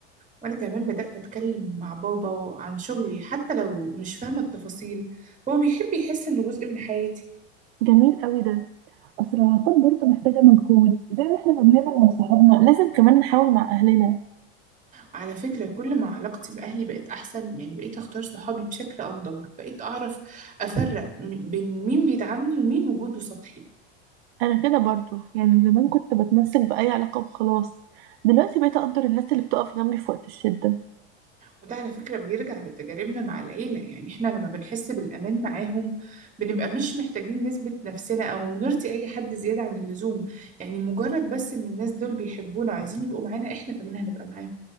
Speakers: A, on the right; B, on the right.
A: وأنا كمان بدأت أتكلم مع بابا عن شغلي حتى لو مش فاهمة التفاصيل هو بيحب يحس إنه جزء من حياتي
B: جميل قوي ده اصل العلاقات برضه محتاجة مجهود زي ما احنا ما بنعمل مع صحابنا لازم كمان نحاول مع اهلنا
A: وعلى فكرة كل ما علاقتي بأهلي بقت أحسن يعني بقيت أختار صحابي بشكل أنضج بقيت أعرف أفرق م- بين مين بيدعمني ومين وجوده سطحي
B: انا كده برضو يعني زمان كنت بتمسك باي علاقه وخلاص دلوقتي بقيت اقدر الناس اللي بتقف جنبي في وقت الشده
A: وده على فكرة بيرجع لتجاربنا مع العيلة يعني احنا لما بنحس بالأمان معاهم بنبقى مش محتاجين نثبت نفسنا أو نرضي أي حد زيادة عن اللزوم يعني مجرد بس إن الناس دول بيحبونا وعايزين يبقوا معانا احنا كمان هنبقى معاهم